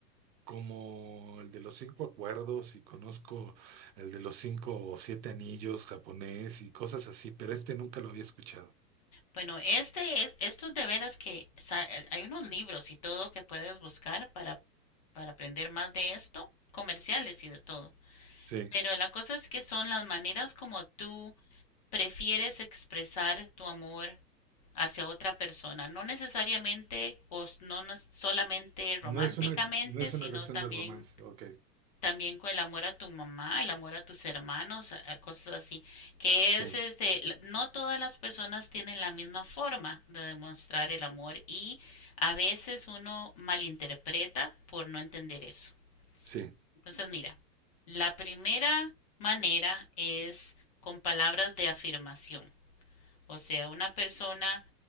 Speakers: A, on the right (about 80°); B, on the left (about 25°).
A: como el de los cinco acuerdos y conozco el de los cinco o siete anillos japonés y cosas así, pero este nunca lo había escuchado.
B: bueno, este es, estos de veras que sa- eh, hay unos libros y todo que puedes buscar para, para aprender más de esto, comerciales y de todo.
A: Sí.
B: Pero la cosa es que son las maneras como tú prefieres expresar tu amor hacia otra persona, no necesariamente o s- no solamente románticamente,
A: No es una, no es
B: sino
A: una cuestión
B: también
A: de romance. Ok.
B: también con el amor a tu mamá, el amor a tus hermanos, a- a cosas así, que
A: Sí,
B: es este, no todas las personas tienen la misma forma de demostrar el amor y a veces uno malinterpreta por no entender eso.
A: sí.
B: Entonces, mira, la primera manera es con palabras de afirmación. O sea, una persona